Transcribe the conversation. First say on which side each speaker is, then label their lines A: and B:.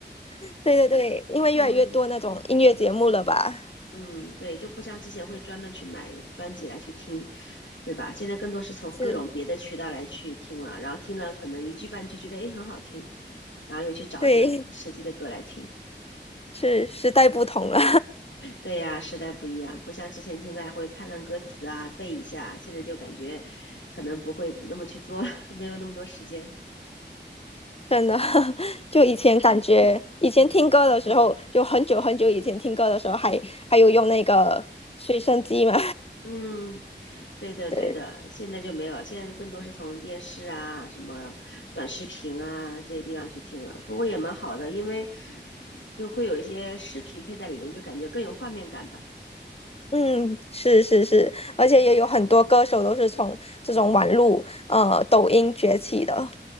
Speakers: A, on the left (about 30°); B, on the left (about 80°).
A: 对对对，因为越来越多那种音乐节目了吧？
B: 嗯。嗯，对，就不像之前会专门去买专辑来去听，对吧？现在更多是从各种别的渠道来去听了，
A: 是，
B: 然后听了可能一句半句觉得诶很好听，然后又去找这个实际的歌来听。
A: 对，是时代不同了，
B: 对呀，时代不一样，不像之前听歌还会看看歌词啊，背一下，现在就感觉可能不会那么去做了，没有那么多时间。
A: <laughs> 真的。<laughs> 就以前感觉，以前听歌的时候，
B: 嗯。
A: 就很久很久以前听歌的时候还，还有用那个随身机嘛。
B: 嗯，
A: <laughs>
B: 对的，
A: 对，
B: 对的，现在就没有了，现在更多是从电视啊、什么短视频啊这些地方去听了。不过也蛮好的，因为就会有一些视频配在里面，就感觉更有画面感吧。
A: 嗯，是是是，而且也有很多歌手都是从这种网络呃抖音崛起的。